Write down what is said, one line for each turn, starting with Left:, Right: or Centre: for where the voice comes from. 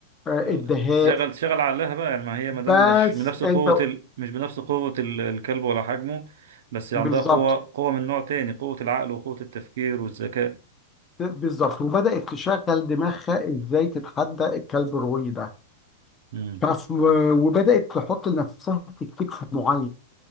Left: آه،
Right: آه،
Left: الدهاء
Right: تشغل تشغل عقلها بقى يعني ما هي ما دام
Left: بس
Right: مش بنفس قوة
Left: انت
Right: ال... مش بنفس قوة ال... الكلب ولا حجمه بس عندها
Left: بالظبط
Right: قوة قوة من نوع تاني قوة العقل وقوة التفكير والذكاء
Left: بالظبط وبدأت تشغل دماغها ازاي تتحدى الكلب الروي ده
Right: امم
Left: فف وبدأت تحط لنفسها تكتيك معين